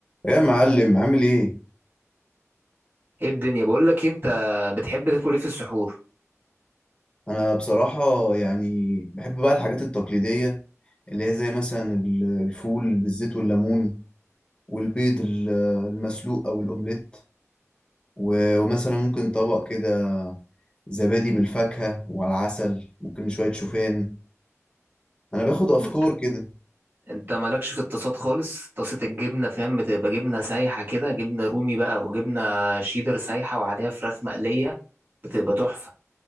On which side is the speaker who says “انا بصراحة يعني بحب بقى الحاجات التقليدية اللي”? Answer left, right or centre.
Left